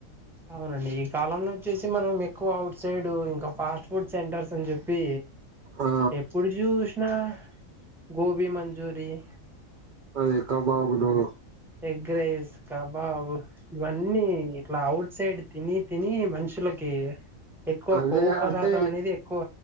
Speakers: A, in the centre; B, on the right (about 55°).
A: అవునండి కాలంలో వచ్చేసి మనం ఎక్కువ ఔట్ సైడ్ ఇంకా ఫాస్ట్ ఫుడ్ సెంటర్స్ అని చెప్పి
B: ఆ
A: ఎప్పుడు జూషు నా గోబి మంజురి <inaudible>
B: అదే కాబాబుదొ
A: ఎగ్ రైస్ కబాబు ఇవన్నీ ఇట్లా అవుట్ సైడ్ తిని తిని మనుషులకి ఎక్కువ
B: అదే
A: కొవ్వు పదార్థం
B: అంటే
A: అనేది ఎక్కువ